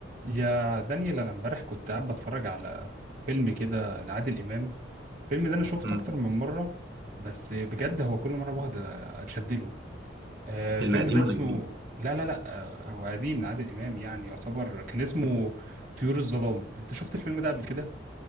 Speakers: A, on the right (about 40°); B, on the right (about 60°).
A: يا دانيال انا امبارح كنت قاعد بتفرج على فيلم كده لعادل امام الفيلم ده انا شفته
B: مم.
A: اكتر من مره بس بجد هو كل مره بقعد اتشد له آه،
B: فيلم
A: الفيلم
B: قديم
A: ده اسمه
B: ولا جديد؟
A: لا لا لا آه، هو قديم لعادل امام يعني يعتبر كان اسمه طيور الظلام انت شفت الفيلم ده قبل كده